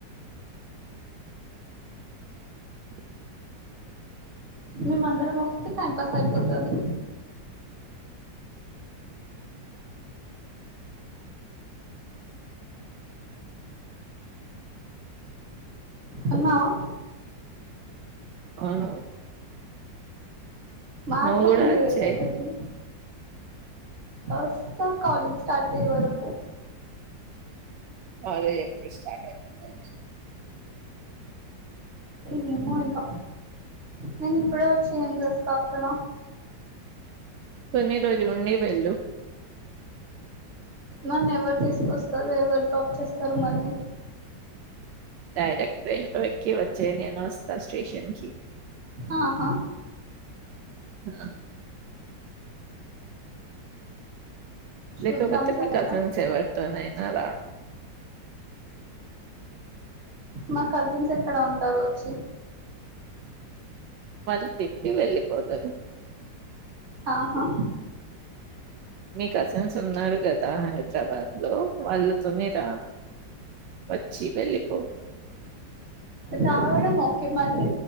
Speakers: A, on the right; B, on the right.
A: <inaudible>
B: మేము అందరం వస్తే టైం పాస్ అయిపోతాది అన్నావా
A: అవును
B: మాట్లాడు
A: నువ్వు కూడా వచ్చేయ్
B: ఏదో ఒకటి ఓస్తా కాలజ్ స్టార్ట్ అయ్యే వరకు
A: అదే ఎప్పుడు స్టార్ట్ అవుతుంది
B: మమో ఇక నేను ఇప్పుడే వచ్చి ఏం చేస్తా అక్కడ
A: కొన్ని రోజు ఉండి వెళ్ళు
B: నన్న ఎవరు తీసుకొస్తారు ఎవరు డ్రాప్ చేస్తారు మళ్ళీ
A: డైరెక్ట్ ట్రైన్ లో ఎక్కి వచ్చెయ్ నేను వస్తా స్టేషన్ కి
B: ఆహా
A: <inaudible>
B: చూద్దాం
A: లేకపోతే మీ
B: తర్వాత
A: కజిన్స్ ఎవరితోనైనా రా
B: మా కజిన్స్ ఎక్కడ ఉంటారు వచ్చి
A: మళ్ళీ పెట్టి వెళ్ళిపోతారు
B: ఆహా
A: మీ కజిన్స్ ఉన్నారు కదా హైదరాబాద్ లో వాళ్ళతోనే రా వచ్చి వెళ్ళిపో
B: రావడం ఓకే మళ్ళీ